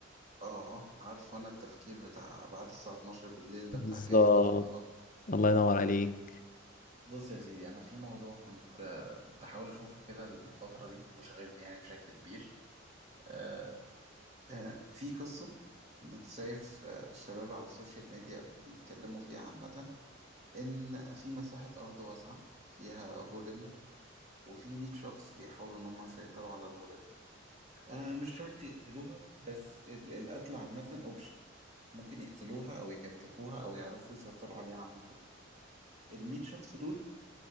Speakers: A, on the right; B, on the left.
A: اه عارف انا التفكير بتاع بعد الساعة 12 بالليل ده
B: بالظبط
A: بتاع كيف بدأ الخلق
B: الله ينور عليك
A: بص يا سيدي انا في موضوع كنت آه، بحاول اشوفه كده الفترة دي وشاغلني يعني بشكل كبير آه، آه، في قصة شايف آه، الشباب على السوشيال ميديا بيتكلموا فيها عامة ان في مساحة ارض واسعة فيها غوريلا وفي 100 شخص بيحاولوا ان هم يسيطروا على الغوريلا آه، مش شرط يقتلوها بس ال- القتل عامة اوبشن ممكن يقتلوها أو يكتفوها أو يعرفوا يسيطروا عليها عامة المية شخص دول